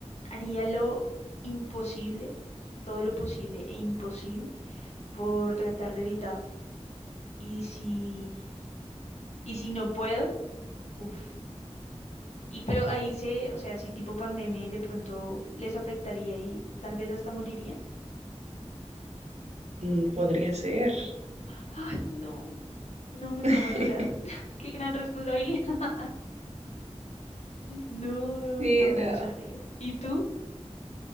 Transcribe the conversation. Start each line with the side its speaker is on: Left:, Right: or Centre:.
Left: haría lo imposible, todo lo posible e imposible por tratar de evitarlo. Y si, y si no puedo, uff. Y pero ahí se, o sea, si tipo pandemia y de pronto les afectaría y tal vez hasta morirían.
Right: Mm, podría ser.
Left: Ay, no, no me pongo
Right: <laughs>
Left: a llorar. <laughs> Qué gran responsabilidad. <laughs> No,
Right: Sí,
Left: no, no
Right: no.
Left: sabría. ¿Y tú?